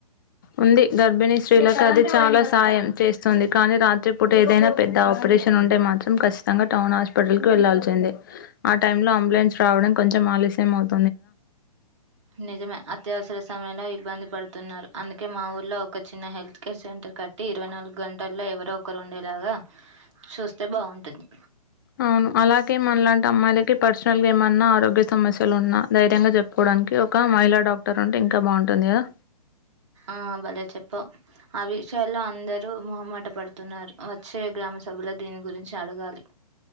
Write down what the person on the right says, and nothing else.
నిజమే అత్యవసర సమయ లో ఇబ్బంది పడుతున్నారు అందుకే మా ఊర్లో ఒక చిన్న హెల్త్ కేర్ సెంటర్ కట్టి ఇరవై నాలుగు గంటల్లో ఎవరో ఒక్కరు ఉండేలాగా చూస్తే బాగుంటుంది
ఆ భలే చెప్పవ్ ఆ విషయాల్లో అందరూ మొహమాటం పడుతున్నారు వచ్చే గ్రామ్ సభలో దీని గురించి అడగాలి